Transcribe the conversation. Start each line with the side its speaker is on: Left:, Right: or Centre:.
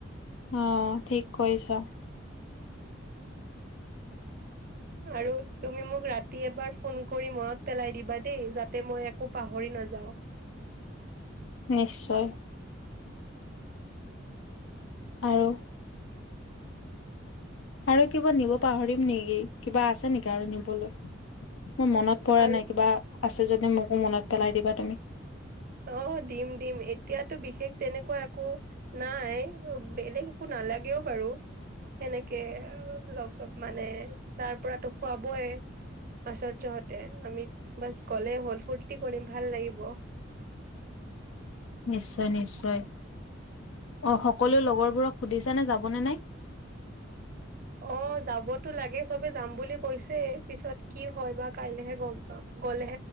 Left: অ ঠিক কৰিছা
Right: আৰু তুমি মোক ৰাতি এবাৰ ফোন কৰি মনত পেলাই দিবা দেই যাতে মই একো পাহৰি ন নাযাওক
Left: নিশ্চয় আৰু আৰু কিবা নিব পাহৰিম নেকি কিবা আছে নেকি আৰু নিবলৈ মোৰ মনত পৰা
Right: আৰু
Left: নাই কিবা আছে যদি মোকো মনত পেলাই দিবা তুমি
Right: অ দিম দিম এতিয়াতো বিশেষ তেনেকুৱা একো নাই বেলেগ একো নালাগে বাৰু সেনেকে লগ মানে তাৰ পৰাতো খুৱাবই আশৰ হতে আমি বাছ গ'লে হ'ল ফূুৰ্তি কৰিম ভাল লাগিব
Left: নিশ্চয় নিশ্চয় অ সকলোৱ লগৰবোৰক সুধিছা নে যাবনে নাই
Right: অ অ যাবতো লাগে চবে যাম বুলি কৈছে পিছত কি হয় বা কাইলেহে গম পাম গ'লে